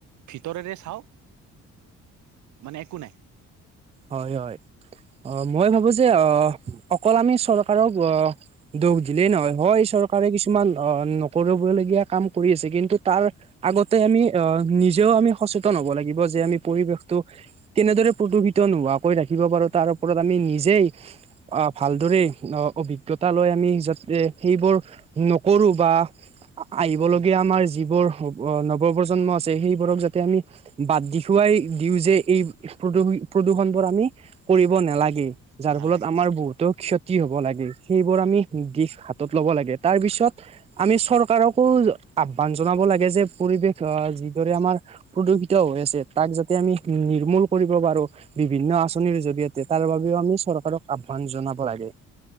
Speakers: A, on the right; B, on the right.
A: ভিতৰেৰে চাওঁ, মানে একো নাই।
B: হয়, হয়, অ', মই ভাবোঁ যে আহ অকল আমি চৰকাৰক আহ দুখ দিলেই নহয়, হয় চৰকাৰে কিছুমান অ', নকৰিব লগীয়া কাম কৰি আছে, কিন্তু তাৰ আগত তাতে আমি অ', নিজেও আমি সচেতন হ'ব লাগিব যে আমি পৰিৱেশটো কেনেদৰে প্ৰদূষিত ত নোহোৱাকৈ ৰাখিব পাৰোঁ তাৰ ওপৰত আমি নিজেই আহ, ভালদৰে অভিজ্ঞতা লৈ আমি যাতে সেইবোৰ নকৰোঁ বা আহিবলগীয়া
A: উম,
B: আমাৰ যিবোৰ নৱপ্ৰজন্ম আছে সেইবোৰক যাতে আমি বাদ দেখুৱাই দিওঁ যে এই প্ৰদূষি প্ৰদূষণ বোৰ আমি কৰিব নালাগে, যাৰ
A: নালাগে
B: ফলত আমাৰ তো ক্ষতি হ'ব লাগে সেইবোৰ আমি দিশ হাতত ল'ব লাগে, তাৰ পিছত আমি চৰকাৰকো আহ্বান জনাব লাগে যে পৰিৱেশ আহ যি দৰে আমাৰ প্ৰদূষিত হৈ আছে তাক যাতে আমি নিৰ্মূল কৰিব পাৰোঁ‌। বিভিন্ন আঁচনিৰ জৰিয়তে তাৰ বাবেও আমি চৰকাৰক আহ্বান জনাব লাগে।